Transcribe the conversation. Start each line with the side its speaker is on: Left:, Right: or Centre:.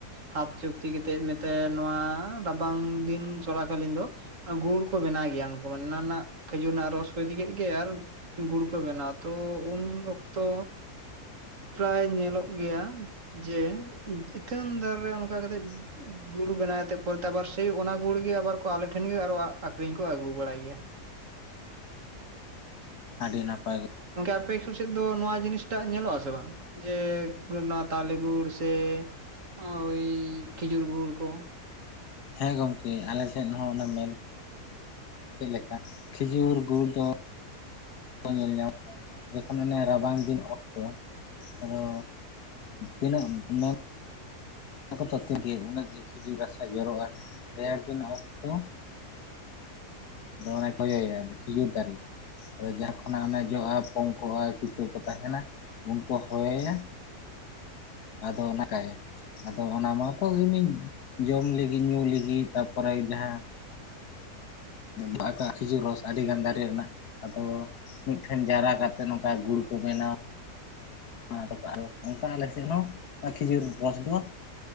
Right: ᱦᱟᱛ ᱪᱩᱠᱛ ᱛᱤ ᱠᱟᱛᱮᱫ ᱢᱮᱛᱟᱭᱟ ᱱᱚᱣᱟ ᱨᱟᱵᱟᱝ ᱫᱤᱱ ᱪᱚᱞᱟᱠᱟᱹᱞᱤᱱ ᱫᱚ ᱜᱩᱲ ᱠᱚ ᱵᱮᱱᱟᱭ ᱜᱮᱭᱟ, ᱩᱱᱠᱩ ᱱᱟᱱᱟᱜ ᱠᱷᱟᱹᱡᱩᱨ ᱨᱮᱱᱟᱜ ᱨᱚᱥ ᱠᱚ ᱤᱫᱤ ᱠᱮᱫ ᱜᱮ ᱟᱨ ᱜᱩᱲ ᱠᱚ ᱵᱮᱱᱟᱣᱟ ᱛᱚ ᱩᱱ ᱚᱠᱛᱚ ᱯᱨᱟᱭ ᱧᱮᱞᱚᱜ ᱜᱮᱭᱟ ᱡᱮ ᱩᱜ ᱤᱛᱟᱹᱱ ᱫᱟᱨᱮ ᱨᱮ ᱚᱱᱠᱟ ᱠᱟᱛᱮᱜ
Left: <unintelligible>
Right: ᱜᱩᱲ ᱵᱮᱱᱟᱣᱛᱮ ᱯᱚᱨᱮᱛᱮ ᱟᱵᱟᱨ ᱥᱮᱭ ᱚᱱᱟ ᱜᱩᱲ ᱜᱮ ᱟᱵᱟᱨ ᱠᱚ ᱟᱞᱮ ᱴᱷᱮᱱ ᱜᱮ ᱟᱨᱚ ᱦᱟᱸᱜ ᱟᱠᱷᱨᱤᱧ ᱠᱚ ᱟᱹᱜᱩ ᱵᱟᱲᱟᱭ ᱜᱮᱭᱟ᱾
Left: ᱟᱹᱰᱤ ᱱᱟᱯᱟᱭ ᱠᱚ
Right: ᱜᱟᱝᱠᱮ ᱟᱯᱮ ᱥᱩᱨ ᱥᱮᱫ ᱫᱚ ᱱᱚᱣᱟ ᱡᱤᱱᱤᱥ ᱴᱟᱜ ᱧᱮᱞᱚᱜ ᱟᱥᱮ ᱵᱟᱝ? ᱡᱮ ᱚᱱᱟ ᱛᱟᱞᱮ ᱜᱩᱲ ᱥᱮ ᱳᱭ ᱠᱷᱤᱡᱩᱨ ᱜᱩᱲ ᱠᱚ,
Left: ᱦᱮᱸ ᱜᱚᱝᱠᱮ ᱟᱞᱮ ᱥᱮᱫ ᱦᱚᱸ ᱚᱱᱟ ᱢᱮᱱ ᱪᱮᱫ ᱞᱮᱠᱟ ᱠᱷᱤᱡᱩᱨ ᱜᱩᱲ ᱫᱚ ᱧᱮᱞ ᱧᱟᱢᱟ ᱡᱚᱠᱷᱚᱱ ᱚᱱᱮ ᱨᱟᱵᱟᱝ ᱫᱤᱱ ᱚᱠᱛᱚ ᱟᱫᱚ ᱛᱤᱱᱟᱹᱜ ᱩᱢᱮᱨ? ᱚᱱᱟ ᱠᱚᱛᱚᱛᱚᱜᱮ ᱩᱱᱟᱹᱜ ᱜᱮ ᱠᱷᱤᱡᱩᱨ ᱨᱟᱥᱟ ᱡᱚᱨᱚᱜᱼᱟ ᱨᱮᱭᱟᱲ ᱫᱤᱱ ᱚᱠᱛᱚ ᱟᱫᱚ ᱚᱱᱟᱭ ᱠᱚᱭᱚᱜ ᱮᱭᱟ ᱠᱷᱤᱡᱩᱨ ᱫᱟᱨᱤ᱾ ᱡᱟᱦᱟᱸ ᱠᱷᱚᱱᱟᱜ ᱚᱱᱮ ᱡᱚᱦᱟ ᱯᱚᱝᱠᱚᱜᱼᱟ ᱠᱤᱛᱟᱹ ᱠᱚ ᱛᱟᱦᱮᱸᱱᱟ ᱩᱱᱠᱚ ᱦᱚᱭᱚᱭᱭᱟ᱾ ᱟᱫᱚ ᱚᱱᱟᱠᱟᱭ ᱟᱫᱚ ᱚᱱᱟ ᱢᱟᱛᱚ ᱮᱢᱤᱡ ᱡᱚᱢ ᱞᱟᱹᱜᱤᱫ ᱧᱩ ᱞᱟᱹᱜᱤᱫ ᱛᱟᱯᱚᱨᱮ ᱡᱟᱦᱟᱸ ᱯᱟᱠᱟ ᱠᱷᱤᱡᱩᱨ ᱨᱚᱥ ᱟᱹᱰᱤᱜᱟᱱ ᱫᱟᱨᱮ ᱨᱮᱱᱟᱜ ᱟᱫᱚ ᱢᱤᱫᱴᱷᱮᱱ ᱡᱟᱣᱨᱟ ᱠᱟᱛᱮᱫ ᱱᱚᱝᱠᱟ ᱜᱩᱲ ᱠᱚ ᱵᱮᱱᱟᱣ᱾ ᱟᱫᱚ ᱚᱱᱠᱟ ᱟᱞᱮ ᱥᱮᱫ ᱦᱚᱸ ᱠᱷᱤᱡᱩᱨ ᱨᱚᱥ ᱫᱚ